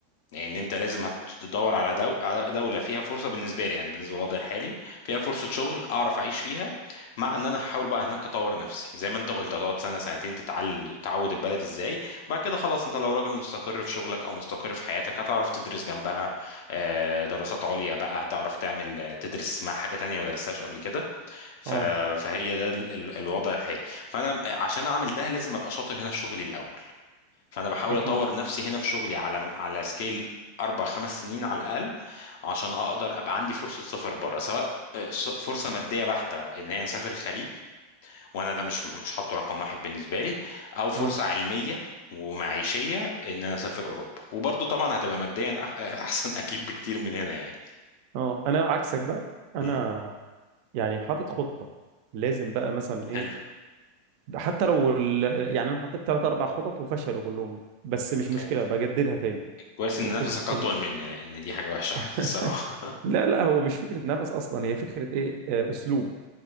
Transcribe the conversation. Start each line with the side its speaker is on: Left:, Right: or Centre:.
Left: لان انت لازم هتدور على دو... على دولة فيها فرصة بالنسبة لي يعني بالنسبة للوضع الحالي فيها فرصة شغل اعرف اعيش فيها مع ان انا هحاول بقى هناك اطور نفسي زي ما انت قلت هتقعد سنة سنتين تتعل... تعود البلد ازاي وبعد كده خلاص انت لو راجل مستقر في شغلك او مستقر في حياتك هتعرف تدرس جنبها آه، دراسات عليا بقى هتعرف تعمل آه، تدرس مع حاجة تانية ما درستهاش قبل كده ف...
Right: اه
Left: فهي ده ال... ال- الوضع الحالي فانا عشان اعمل ده لازم ابقى شاطر هنا في شغلي الاول فانا بحاول
Right: اكيد
Left: اطور نفسي هنا في شغلي على على سكيل اربع خمس سنين على الاقل عشان اقدر ابقى عندي فرصه سفر بره سواء آه، س- فرصه ماديه بحته اللي هي نسافر خليج وانا ده مش مش حاطه رقم واحد بالنسبه لي او فرصه
Right: اه
Left: علميه ومعيشيه ان انا اسافر اوروبا وبرضه طبعا هتبقى ماديا أح- احسن اكيد بكتير من هنا يعني
Right: اه انا عكسك بقى انا
Left: مم.
Right: يعني حاطط خطه لازم بقى مثلا ايه
Left: حلو
Right: حتى لو ال... يعني انا حطيت ثلاث اربع خطط وفشلوا كلهم بس
Left: ممتاز
Right: مش مشكله بجددها تاني
Left: كويس ان نفسك
Right: إز...
Left: اطول
Right: ال...
Left: مني لان دي حاجه وحشه عندي
Right: <laughs>
Left: الصراحه
Right: لا لا هو مش فكره نفس اصلا هي فكره ايه آه، اسلوب